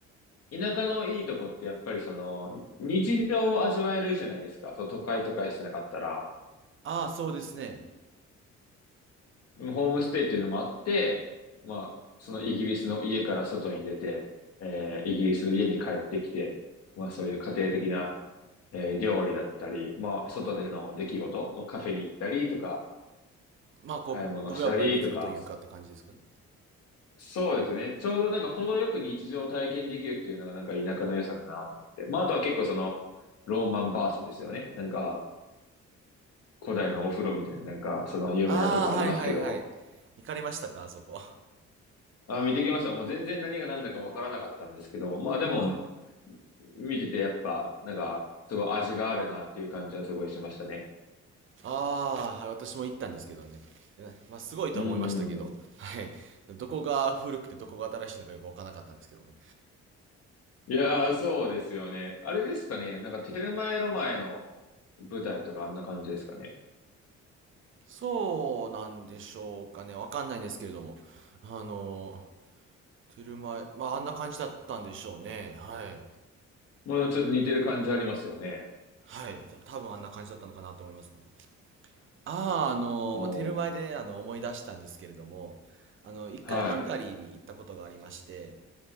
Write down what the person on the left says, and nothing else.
田舎のいいとこってやっぱりその、日常を味わえるじゃないですか。そう、都会とかしなかったら。
ホームステイっていうのもあって、まあ、そのイギリスの家から外に出て、えーイギリスの家に帰ってきて、まあそういう家庭的な、えー料理だったり、まあ外での出来事、まあ、カフェに行ったりとか、
買い物したりとか、
そうですね。ちょうどなんか程よく日常を体験できるっていうのがなんか田舎の良さだなと思って。まああとは結構そのローマンバーストですよね。なんか古代のお風呂みたいななんかその有名なとこありますけど。
あ、見てきました。もう全然何が何だかわからなかったんですけど。まあでも <laughs> 見ててやっぱなんかすごい味があるなっていう感じはすごいしましたね。
うんうんうん。
いやーそうですよね。あれですかね。なんかテルマエ・ロマエの舞台とかあんな感じですかね。
もうちょっと似てる感じありますよね。
おー、
はい、